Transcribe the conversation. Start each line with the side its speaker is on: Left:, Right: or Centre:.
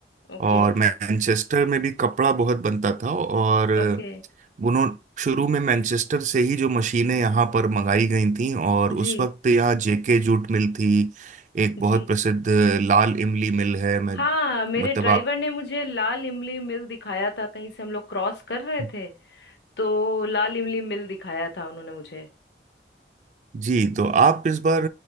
Left: ओके
Right: और मैनचेस्टर में भी कपड़ा बहुत बनता था और
Left: ओके
Right: उन्होंने शुरू में मैनचेस्टर से ही जो मशीनें यहाँ पर मंगाई गई थीं और उस
Left: जी
Right: वक्त यहाँ जेके जूट मिल थी एक बहुत
Left: जी
Right: प्रसिद्ध लाल इमली मिल है मैं
Left: हाँ मेरे
Right: मतलब
Left: ड्राइवर ने मुझे लाल इमली मिल दिखाया था कहीं से हम लोग क्रॉस कर रहे
Right: आप
Left: थे तो लाल इमली मिल दिखाया था उन्होंने मुझे
Right: जी तो आप इस बार